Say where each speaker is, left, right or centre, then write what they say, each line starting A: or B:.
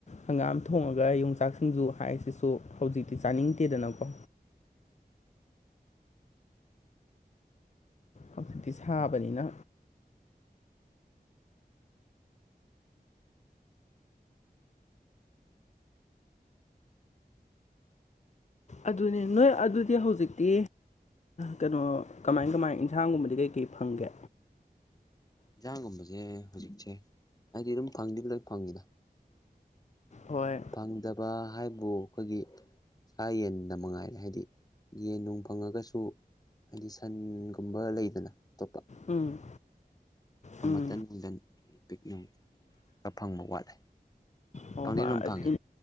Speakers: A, on the left; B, on the left.
A: ꯍꯪꯒꯥꯝ ꯊꯣꯡꯉꯒ ꯌꯣꯡꯆꯥꯛꯁꯤꯡꯖꯨ ꯍꯥꯏꯁꯤꯁꯨ ꯍꯧꯖꯤꯛꯇꯤ ꯆꯥꯅꯤꯡꯗꯦꯗꯅꯀꯣ ꯍꯧꯖꯤꯛꯇꯤ ꯁꯥꯕꯅꯤꯅ
B: <unintelligible>
A: ꯑꯗꯨꯅꯦ ꯅꯣꯏ ꯑꯗꯨꯗꯤ ꯍꯧꯖꯤꯛꯇꯤ ꯀꯩꯅꯣ ꯀꯃꯥꯏ ꯀꯃꯥꯏ ꯌꯦꯟꯁꯥꯡꯒꯨꯝꯕꯗꯤ ꯀꯩꯀꯩ ꯐꯪꯒꯦ
B: ꯌꯦꯟꯁꯥꯡꯒꯝꯕꯁꯦ ꯍꯧꯖꯤꯛꯁꯦ ꯍꯥꯏꯗꯤ ꯑꯗꯨꯝ ꯐꯪꯗꯤꯦꯕꯨ ꯂ ꯐꯪꯉꯤꯗ
A: ꯍꯣꯏ
B: ꯐꯪꯗꯕ ꯍꯥꯏꯕꯨ ꯑꯩꯈꯣꯏꯒꯤ ꯁꯥ ꯌꯦꯟꯗ ꯃꯉꯥꯏꯔꯦ ꯍꯥꯏꯗꯤ ꯌꯦꯟ ꯅꯨꯡ ꯐꯪꯉꯒꯁꯨ ꯍꯥꯏꯗꯤ ꯁꯟꯒꯨꯝꯕ ꯂꯩꯗꯅ ꯑꯇꯣꯞꯄ
A: ꯎꯝ ꯎꯝ
B: ꯃꯇꯝ ꯅꯨꯡꯊꯟ ꯑꯩ ꯄꯤꯛꯅꯤꯡꯅꯨꯡ ꯈꯔ ꯐꯪꯕ ꯋꯥꯠꯂꯦ
A: ꯑꯣ
B: ꯐꯪꯗꯤ
A: ꯍꯣꯏ
B: ꯑꯗꯨꯝ ꯐꯪꯉꯦ
A: ꯑꯗꯨ